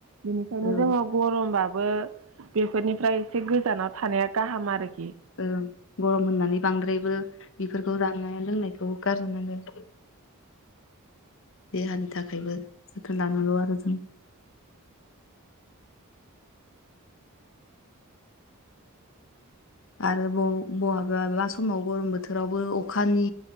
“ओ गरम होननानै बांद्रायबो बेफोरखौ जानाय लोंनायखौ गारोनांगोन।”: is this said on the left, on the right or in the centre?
Left